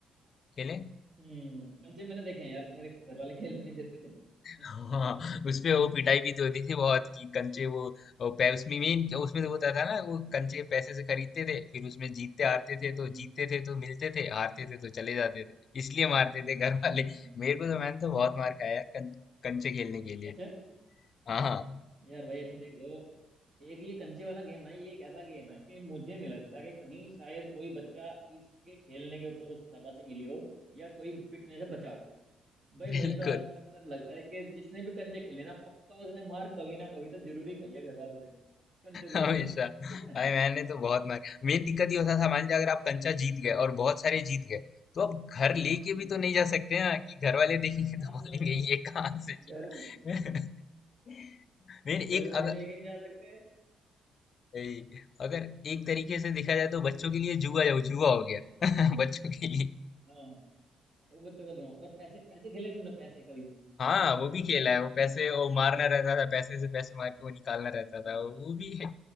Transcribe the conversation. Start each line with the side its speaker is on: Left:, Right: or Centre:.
Left: खेले
Right: हम्म कंचे मैंने देखे हैं यार मेरे घर वाले खेलने नहीं देते थे <laughs> हाँ
Left: हाँ, उसपे वो पिटाई भी तो होती थी बहुत कि कंचे वो, वो पै- उसमें मेन उसमें तो होता था ना वो कंचे पैसे से खरीदते थे फिर उसमें जीतते हारते थे
Right: हम्म
Left: तो जीतते थे तो मिलते थे हारते थे तो चले जाते थे इसलिए मारते थे घर
Right: हम्म
Left: वाले मेरे को तो मैंने तो बहुत मार खाया है कं, कंचे खेलने के
Right: अच्छा
Left: लिए हाँ हाँ
Right: यार भाई अच्छा देख लो एक ये कंचे वाला गेम ना ये एक ऐसा गेम है कि मुझे नहीं लगता कि कहीं शायद कोई बच्चा इसके खेलने के ऊपर उसे शाबाशी मिली हो या कोई पिटने से बचा हो भाई
Left: बिल्कुल
Right: मुझे तो अस- अक्सर लगता है कि जिसने भी कंचे खेले ना पक्का उसने मार कभी ना कभी तो जरूरी खाई है घर वालों से कंचों की
Left: हमेशा
Right: वजह से
Left: अरे
Right: <laughs>
Left: मैंने तो बहुत मार मेन दिक्कत ये होता था मान लीजिए अगर आप कंचा जीत गए और बहुत सारे जीत गए तो आप घर लेके
Right: हम्म,
Left: भी तो नहीं जा सकते ना कि घर वाले देखेंगे
Right: हाँ
Left: तो बोलेंगे ये कहाँ से जीता
Right: घर
Left: <laughs> मेन एक
Right: घर से
Left: अगर
Right: लेकिन जा सकते हैं
Left: ए- अगर
Right: हम्म
Left: एक तरीके से देखा जाए तो बच्चों के लिए जुआ हो जुआ हो गया <laughs> बच्चों के लिए
Right: हाँ वो बच्चों का जो और पैसे पैसे खेले तुमने पैसे कभी
Left: हाँ वो भी खेला है वो पैसे वो मारना रहता था पैसे से पैसे मार के वो निकालना रहता
Right: हाँ
Left: था वो भी है